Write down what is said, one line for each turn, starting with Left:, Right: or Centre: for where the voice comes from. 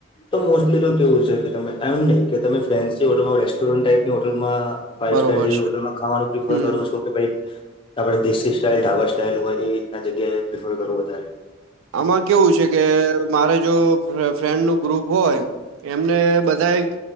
Left: તો મોસ્ટલી તો કેવું છે કે તમે એમ નહી કે તમે ફેન્સી હોટલમાં રેસ્ટોરન્ટ ટાઈપની હોટલમાં ફાઈવ
Right: બરોબર
Left: સ્ટાર જેવી
Right: છે
Left: હોટલમાં ખાવાનું પ્રિફર
Right: હમ
Left: કરો છો કે ભાઈ આપડણે દેશી સ્ટાઈઇલ ઢાબા સ્ટાઈલ હોય એ રીતના જગ્યાએ પ્રિફર કરવું વધારે
Right: આમાં કેવું છે કે મારે જો ફ્રેન્ડ નું ગ્રુપ હોય એમને બધા એક